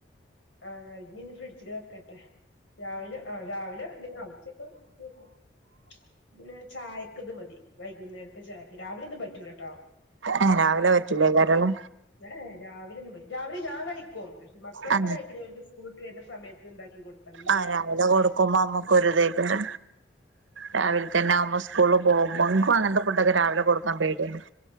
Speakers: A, on the left; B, on the right.
A: ആ അരിഞ്ഞെനി ഫ്രിഡ്ജില് വെക്കട്ടെ രാവിലെ ആ രാവിലെ ഇനി ആ പൊലച്ചക്ക് വെക്കും പിന്നെ ചായക്കിത് മതി വൈകുന്നേരത്തെ ചായക്ക്. രാവിലെ ഒന്നും പറ്റൂലട്ടോ
B: ആ രാവിലെ
A: ഉം.
B: പറ്റൂലേക്കാരല്ലേ
A: ഇവിടെ രാവിലെ എന്നും വരും. രാവിലെ ഞാൻ കഴിക്കും മക്കളൊക്കെ
B: ആ.
A: കഴിക്കണ ഓൽക്ക് സ്കൂൾ വിട്ട് വരുന്ന സമയത്ത് ഇണ്ടാക്കി കൊടുത്താ ഇന്ന ഓല്
B: ആ
A: കഴിക്കും
B: രാവിലെ കൊടുക്കുമ്പോ അമ്മക്കൊരിതേക്കണ്ട് രാവിൽ തന്നെ ആവുമ്പോ സ്കൂളിൽ പോകുമ്പോ ഇൻക്കു അങ്ങനത്തെ ഫുഡ്ഡൊക്കെ രാവിലെ കൊടുക്കാൻ പേടിയ്ണ്ട്